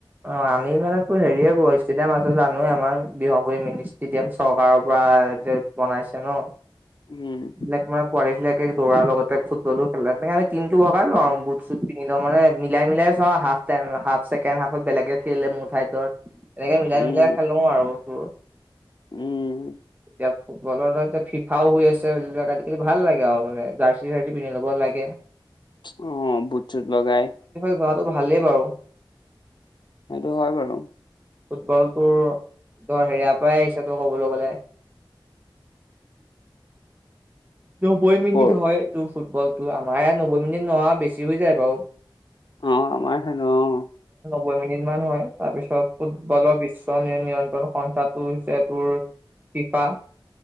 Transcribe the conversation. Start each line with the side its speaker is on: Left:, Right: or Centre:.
Right: অ আমি মানে হেৰিয়ে কৰো ষ্টেডিয়াম আছে জানোৱে আমাৰ দিমাগুই ষ্টেডিয়াম চৰকাৰৰ পৰা। যে বনাইছে ন।
Left: উম
Right: এইবিকা পোৱালিবিলাকে দৌৰাৰ লগতে ফুটবলো খেলা তেনেকে আমি টিমটো যাম আও বুট চুট পিন্ধি লওঁ মানে মিলাই মিলাই চা হাফ টাইম। হাফ ছেকেণ্ড হাফত বেলেগে খেলিলে মোৰ ঠাইত ধৰ। এনেকে মিলাই
Left: উম
Right: মিলাই খেলো আৰু তোৰ
Left: উম
Right: তেতিয়া। ফুটবলৰ এতিয়া ফিফাও হৈ আছ। এইবিলাক আজিকালি ভাল লাগে মানে জাৰ্চি চাৰ্চি পিন্ধি ল'ব লাগে।
Left: অ বুট চুট লগাই।
Right: হোৱাটো ভালেই বাৰু।
Left: সেইটো হয় বাৰু।
Right: ফুটবলটো ধৰ হেয়া পাই আহিছে ত ক'বলৈ গলে। <unintelligible> নবৈ মিনিট
Left: কৰ
Right: হয় এইটো ফুটবলটো আমাৰ ইয়াত নবৈ মিনিট নহয় আও বেছি হৈ যায় বাৰু।
Left: অ আমাৰ খেলো অ।
Right: বৈ মিনিট মান হয় তাৰ পিছত ফুটবলৰ পিছ। নিয়ন্ত্ৰণ সংখ্যাটো হৈছে তোৰ ফিফা।